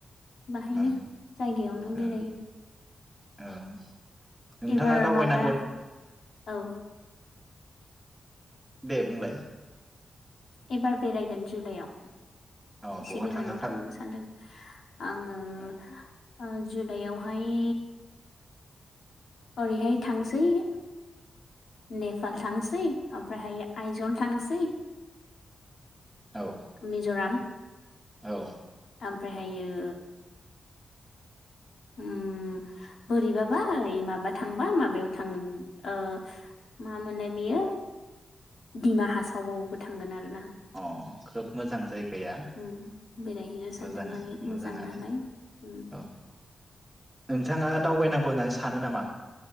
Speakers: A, on the left (about 65°); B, in the centre.
A: बाहायनो
B: औ
A: जायगायावनो
B: औ
A: बेरायो
B: औ नोंथाङा
A: एबार
B: दावबायनांगौ
A: माबा औ
B: दे बुंलाय
A: एबार बेरायगोन जुलाइआव
B: औ
A: एसे
B: बहा
A: गोजानाव
B: थार
A: थांनो सानदों आङो जुलाइआवहाय ओरैहाय थांसै नेपाल थांसै ओमफ्रायहाय आइजल थांसै
B: औ
A: मिजराम
B: औ
A: ओमफ्रायहायो ओम बोरैबाबा ओरै माबा थांबा माबायाव थां ओ मा मोनलाय बेयो दिडिमा हासावबावबो थांगोन आरो ना
B: अ खोब मोजां जाय गैया
A: उम बेरायहैनो सानदों
B: मोजाङानो
A: माने मोजां
B: मोजांङानो
A: नालाय उम
B: औ नोंथाङा दावबाय नां ग होननानै सानो नामा